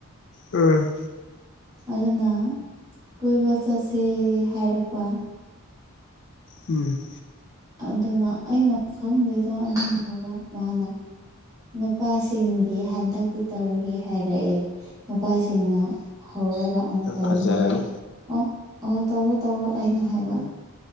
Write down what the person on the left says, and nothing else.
ꯎꯝ
ꯎꯝ
ꯐꯖꯔꯅꯤ